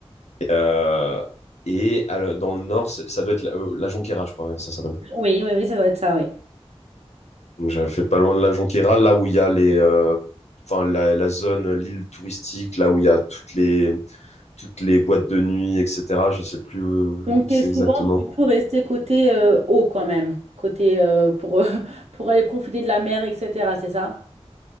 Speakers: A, on the left; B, on the right.
A: Euh, et à le- dans le nord, c'est- ça doit être la, euh, la Jonquera, je crois, hein, ça s'appelle.
B: Oui, oui, oui, ça doit être ça, oui.
A: Donc j'avais fait pas loin de la Jonquera, là où il y a les, euh, enfin la, la zone, l'île touristique, là où il y a toutes les toutes les boîtes de nuit, etc. Je sais plus où où
B: Donc, tu
A: c'est
B: es souvent
A: exactement.
B: du coup resté côté euh, haut quand même, côté euh, pour, <laughs> pour aller profiter de la mer, etc. C'est ça?